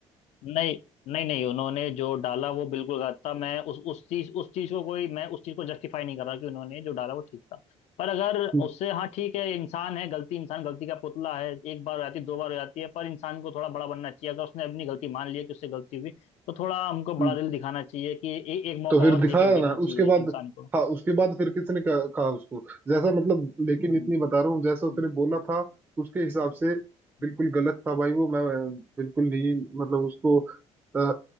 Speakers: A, on the left; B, on the right.
A: नहीं नहीं नहीं उन्होंने जो डाला वो बिल्कुल गलत था मैं उस उस चीज उस चीज को कोई मैं उस चीज को जस्टिफाई नहीं कर रहा कि उन्होंने जो डाला वो ठीक था पर अगर
B: हम्म,
A: उससे हाँ ठीक है इंसान है गलती इंसान गलती का पुतला है एक बार हो जाती है दो बार हो जाती है पर इंसान को थोड़ा बड़ा बनना चाहिए अगर उसने अपनी गलती मान लिया कि उससे गलती हुई तो थोड़ा हमको
B: हम्म।
A: बड़ा दिल दिखाना चाहिए कि ए, एक मौका
B: तो फिर
A: और
B: दिखाया
A: दे के देखना
B: ना
A: चाहिए
B: उसके बाद
A: इंसान को
B: हाँ उसके बाद फिर किसने कहा, कहा उसको जैसा मतलब लेकिन इतनी
A: हम्म,
B: बता रहा हूँ जैसा उसने
A: हम्म,
B: बोला
A: हम्म,
B: था उसके हिसाब से
A: हम्म,
B: बिल्कुल गलत था भाई वो मैं, मैं बिल्कुल नहीं मतलब उसको आ,